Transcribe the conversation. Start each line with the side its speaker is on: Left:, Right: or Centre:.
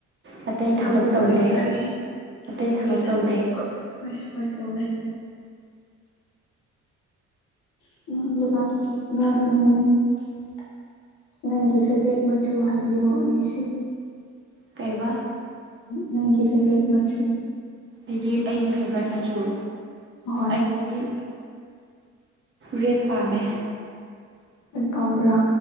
Right: ꯑꯇꯩ ꯊꯕꯛ
Left: ꯅꯪꯒꯨ ꯋꯥꯔꯤ
Right: ꯇꯧꯗꯦ
Left: ꯋꯥꯔꯤ ꯁꯔꯦ
Right: ꯑꯇꯩ ꯊꯕꯛ
Left: ꯀꯩ ꯊꯝꯄꯗ
Right: ꯇꯧꯗꯦ
Left: ꯍꯣꯏ ꯍꯣꯏ ꯍꯗ ꯍ <unintelligible> ꯅꯪꯒꯤ ꯐꯦꯚꯔꯦꯠ ꯃꯆꯨ ꯍꯥꯏꯕꯤꯌꯣ ꯑꯩꯁꯨ
Right: ꯀꯩꯕꯥ
Left: ꯅꯪꯒꯤ ꯐꯦꯚꯔꯦꯠ ꯃꯆꯨ
Right: ꯑꯩꯗꯤ ꯑꯩꯒꯤ ꯐꯦꯕꯣꯔꯥꯏꯠ ꯃꯆꯨ
Left: ꯍꯣꯏ
Right: ꯑꯩꯗꯤ ꯔꯦꯠ ꯄꯥꯝꯃꯦ
Left: ꯂ ꯄꯕ꯭ꯔꯥ